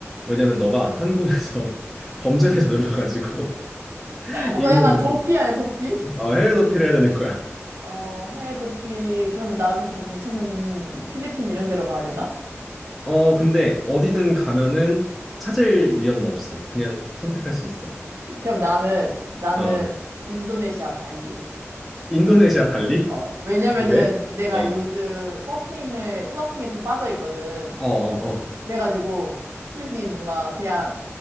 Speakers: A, in the centre; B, on the right.
A: 왜냐면 너가 한국에서 <laughs> 범죄를 저질러가지고 <laughs>
B: 그거
A: 이민을
B: 약간
A: 무조건
B: 도피 아니야, 도피?
A: 어, 해외 도피를 해야 되는 거야.
B: 어, 해외 도피. 그러면 나를 좀 잘 못 찾는 필리핀 이런 데로 가야 되나?
A: 어, 근데 어디든 가면은 찾을 위험은 없어. 그냥 선택할 수 있어.
B: 그럼 나는, 나는
A: 어,
B: 인도네시아 발리.
A: 인도네시아 발리?
B: 어, 왜냐면은
A: <laughs> 왜?
B: 내가
A: 어, 어,
B: 요즘 서핑을, 서핑에 좀 빠져 있거든.
A: 어, 어,
B: 그래가지고, 솔직히 뭔가 그냥